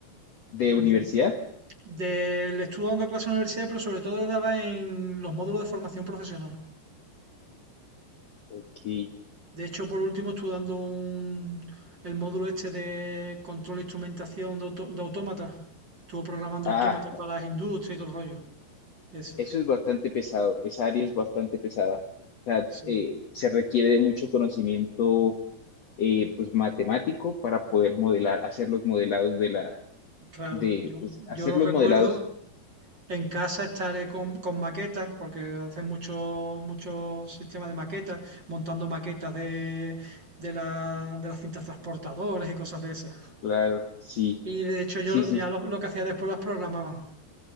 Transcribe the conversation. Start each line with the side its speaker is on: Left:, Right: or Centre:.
Left: de
Right: Él
Left: universidad.
Right: del le estuve dando clase en la universidad, pero sobre todo daba en los módulos de formación profesional.
Left: Ok,
Right: De hecho, por último, estuve dando un- el módulo este de control e instrumentación de, auto- de autómatas. Estuve programando
Left: ah,
Right: autómatas para las industrias y todo el rollo. Ese.
Left: eso es bastante pesado, esa área es bastante pesada. O sea,
Right: Sí,
Left: eh, se requiere de mucho conocimiento eh, pues matemático para poder modelar, hacer los modelados de la,
Right: claro.
Left: de,
Right: Yo,
Left: pues hacer
Right: yo lo
Left: los
Right: recuerdo.
Left: modelados,
Right: En casa estaré con, con maquetas, porque hacen muchos mucho sistemas de maquetas, montando maquetas de, de, la- de las cintas transportadoras y cosas de esas.
Left: claro, sí,
Right: Y de hecho yo
Left: sí, sí,
Right: ya lo, lo que hacía después las programaba.